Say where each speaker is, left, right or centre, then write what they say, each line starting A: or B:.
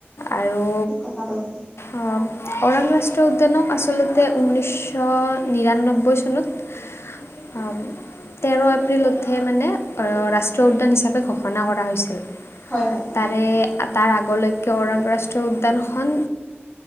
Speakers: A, on the left (about 75°); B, on the left (about 25°).
A: আৰু
B: ঠিক কথা কৈছে
A: অ ওৰাং ৰাষ্ট্ৰীয় উদ্যানক আচলতে ঊনৈছশ নিৰান্নব্বৈ চনত অম তেৰ এপ্ৰিলতহে মানে অ ৰাষ্ট্ৰীয় উদ্যান হিচাপে ঘোষণা কৰা হৈছিল।
B: হয় হয় হয়।
A: তাৰে তাৰ আগলৈকে ওৰাংৰাষ্ট্ৰীয় উদ্যানখন